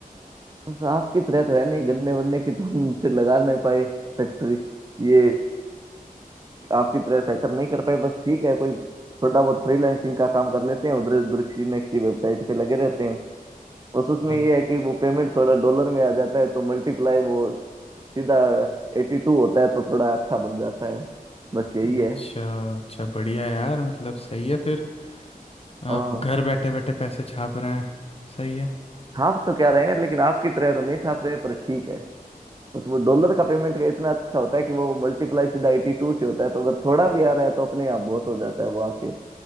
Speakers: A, on the right (about 25°); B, on the left (about 40°).
A: बस आपकी तरह तो है नहीं गन्ने वन्ने की तो हम से लगा नहीं पाए फैक्ट्री ये आपकी तरह सेटअप नहीं कर पाए बस ठीक है कोई थोड़ा बहुत फ्रीलांसिंग का काम कर लेते हैं उधर उधर किसी न किसी वेबसाइट पे लगे रहते हैं बस उसमें
B: अ-
A: ये है कि वो पेमेंट थोड़ा डॉलर में आ जाता है तो मल्टीप्लाई वो सीधा एटी टू होता है तो थोड़ा अच्छा बन जाता है बस यही
B: अच्छा
A: है
B: अच्छा बढ़िया यार मतलब सही है फिर
A: हाँ
B: आप घर बैठे बैठे पैसे छाप रहे हैं सही है
A: छाप तो क्या रहे हैं लेकिन आपकी तरह तो नहीं छाप रहे पर ठीक है बस वो डॉलर का पेमेंट का इतना अच्छा होता है कि वो मल्टीप्लाई सीधा एटी टू से होता है तो अगर थोड़ा भी आ रहा है तो अपने आप बहुत हो जाता है वो आके